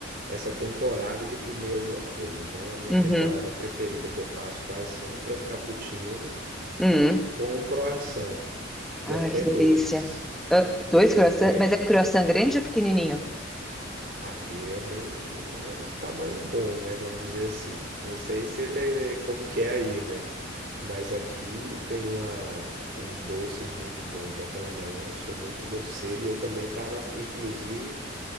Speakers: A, on the right; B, in the centre.
A: essa temporada de comer alguma coisa. Então, a minha
B: Uhum.
A: temporada preferida que eu faço quase sempre é um cappuccino
B: Uhum.
A: com um croissant, ou
B: Ai,
A: até
B: que
A: dois,
B: delícia. Ah,
A: porque
B: dois croissants,
A: é
B: mas é croissant grande ou pequenininho?
A: Aqui é bem, é um tamanho bom, né? Vamos dizer assim. Não sei se ele é como que é aí, né? Mas aqui tem uma, uns doces muito bons. Então, pela manhã eu sou muito doceiro. E eu também estava, inclusive,